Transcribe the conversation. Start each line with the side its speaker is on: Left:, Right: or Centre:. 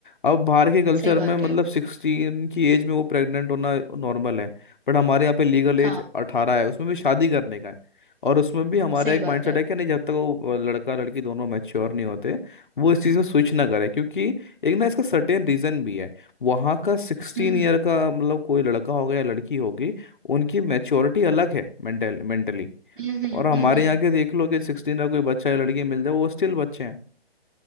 Left: अब बाहर के कल्चर
Right: सही बात
Left: में मतलब
Right: है
Left: सिक्सटीन की एज में वो प्रेग्नेंट होना नॉर्मल है बट हमारे यहाँ पे लीगल एज
Right: हाँ
Left: अठारह है उसमें भी शादी करने का है और उसमें भी हमारा
Right: सही
Left: एक
Right: बात
Left: माइंडसेट
Right: है
Left: है कि नहीं जब तक वो लड़का लड़की दोनों मैच्योर नहीं होते वो इस चीज़ में स्विच ना करे क्योंकि एक ना इसका सर्टेन रीज़न भी है वहाँ का सिक्सटीन
Right: हम्म
Left: ईयर का मतलब कोई लड़का होगा या लड़की होगी उनकी मैच्योरिटी अलग है मेंटल मेंटली
Right: हम्म हम्म
Left: और हमारे
Right: हम्म हम्म
Left: यहाँ के देख लो कि सिक्सटीन का कोई बच्चा या लड़की मिल जाए वो स्टिल बच्चे हैं